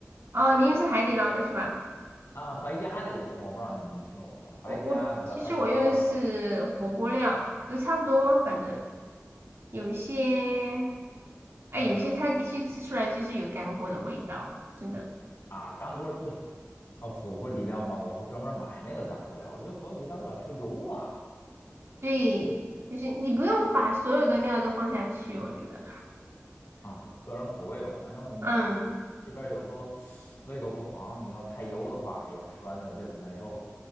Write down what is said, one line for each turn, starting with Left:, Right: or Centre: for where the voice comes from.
Right: 哦，你用是海底捞的是吧？
Left: 啊，白家的也行，我不知道你你听说过吗？白家的、
Right: 我我其实我用的是火锅料，
Left: 海底捞的，
Right: 都差不多，反正有一些，哎，
Left: 呃
Right: 有些它的确吃出来就是有干锅的味道，真的，
Left: 啊，干锅，对，啊，火锅底料吗？我是专门买那个干锅料儿我觉得火锅底料有点太油啊
Right: 对，就是你不用把所有的料都放下去，我觉得，
Left: 啊，个人口味吧。反正
Right: <laughs> 嗯。
Left: 这边儿有时候胃口不好，你要太油的话，哎呀，吃完的胃口难受啊。